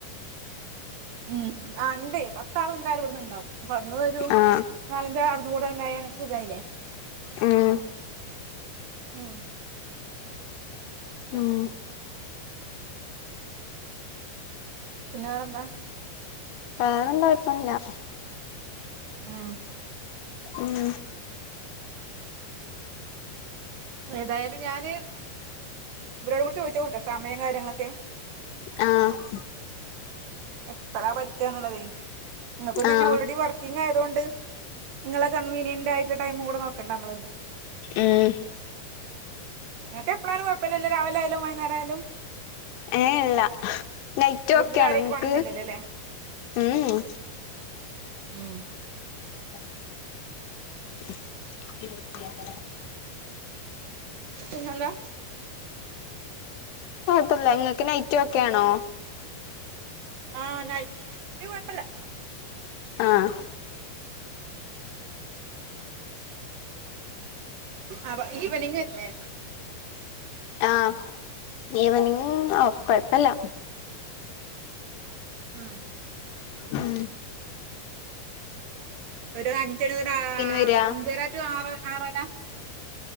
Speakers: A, on the right; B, on the left.
A: ഉം ആ ഇണ്ടേ പത്താള് എന്തായാലും ഇവിട്ന്ന്ണ്ടാവും അപ്പൊ അവിട്ന്ന് ഒരു
B: ആഹ്
A: നാലഞ്ചാ <unintelligible> അവിട്ന്നും കൂടെ ഉണ്ടായ അൻക്ക് സുഖായിലേ
B: ഉം
A: ഉം
B: ഉം
A: പിന്നെ വേറെന്താ.
B: വേറെന്താ കൊയപ്പൊന്നുല്യ.
A: ഉം
B: ഉം.
A: ഏതായാലും ഞാന് ഇവരോട് കൂടി ചോയ്ച്ചോക്കട്ടെ സ മയും കാര്യങ്ങളൊക്കെ.
B: ആഹ്
A: എപ്പഴാ പറ്റാന്നുള്ളതേ ഇങ്ങക്കും തന്നെ
B: ആഹ്
A: ഓൾറെഡി വർക്കിംഗ് ആയതോണ്ട് ഇങ്ങളെ കൺവീനിയന്റായിട്ടള്ള ടൈം കൂടെ നോക്കണ്ടെ അമ്മള്.
B: ഉം
A: ഇങ്ങക്ക് എപ്പളായാലും കൊഴപ്പല്ലല്ലോ രാവിലായാലും വൈന്നേരായാലും.
B: ഏഹ് ഇള്ള. നൈറ്റ്
A: വീട്ടില്
B: ഒക്കെയാണോ
A: കാര്യായിട്ട്
B: ഇങ്ങക്ക്?
A: പണിയൊന്നും ഇല്ലല്ലോ അല്ലേ
B: മ്ഹും
A: ഉം
B: <unintelligible>
A: പിന്നെന്താ?
B: <unintelligible> ഇങ്ങക്ക് നൈറ്റ് ഒക്കെയാണോ?
A: ആഹ് നൈറ്റ് കൊഴപ്പല്ല.
B: ആഹ്
A: അബ ഈവനിംഗ് പറ്റില്ലെ?
B: ആഹ് ഈവനിംഗ് ഓഹ് കൊഴപ്പല്ല.
A: ഉം
B: ഉം
A: ഒരു അഞ്ചരാ <unintelligible>
B: വരാ
A: അഞ്ചര ടു ആറ് ആക്കാം.